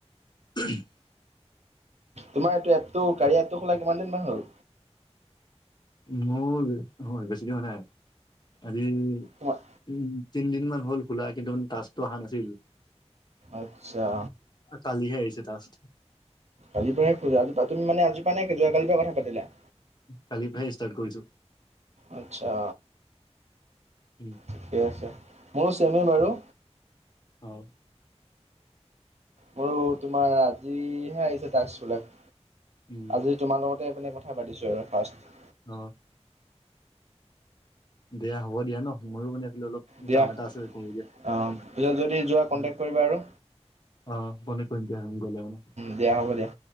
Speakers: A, on the left (about 40°); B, on the right (about 70°).
A: <unintelligible>
B: তোমাৰ এইটো এপটো কাড়ীয়া এপটো খোলা কিমান দিনমান হ'ল?
A: মোৰ, বেছি দিন হোৱা নাই মানে আজি
B: হয়।
A: উম তিনিদিনমান হ'ল খোলা কিন্তু তাচটো অহা নাছিল।
B: আচ্ছা।
A: কালিহে আহিছে টাচ্ছ।
B: আজি পৰাহে জি তুনে আজি পৰা নে যাকালিৰ পৰা কথা পাতিলা?
A: কালি পৰাহে ষ্টাৰ্ট কৰিছো,
B: আচ্ছা
A: উম।
B: ঠিকে আছে, মোৰো চেমে বাৰু।
A: অ'।
B: মোৰো তোমাৰ আজিহে আহিছে াক বিলাক
A: উম
B: আজি তোমাৰ লগতে মানে কথা পাতিছোঁ আৰু ফাৰ্ষ্ট।
A: অ'। দিয়া হ'ব দিয় ন, ময়ো মানে এফালে অলপ
B: দিয়া,
A: কাম এটা আছে কৰি দিয়া
B: অ' পিছত যদি যোৱা কন্টেক্ট
A: উম
B: কৰিবা আৰু।
A: অ' কন্টেক্ট কৰিম দিয়া গলে ন।
B: দিয়া, হ'ব দিয়া।